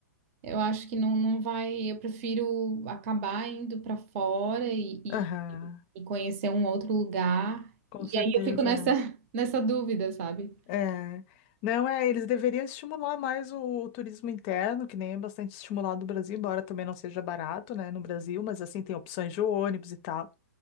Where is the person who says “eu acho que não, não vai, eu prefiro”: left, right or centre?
Right